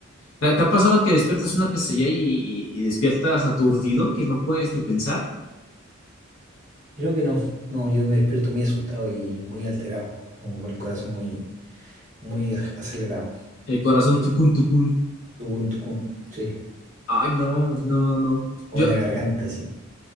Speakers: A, on the left; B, on the right.
A: ¿Te, te ha pasado que despiertas una pesadilla y, y despiertas aturdido, que no puedes ni pensar?
B: Creo que no, no, yo me despierto muy asustado y muy alterado, como con el corazón muy, muy ac- acelerado.
A: El corazón
B: Sí.
A: tucún, tucún.
B: Tucun, tucun, sí,
A: Ay, no, no, no.
B: como
A: Yo,
B: en la garganta, sí.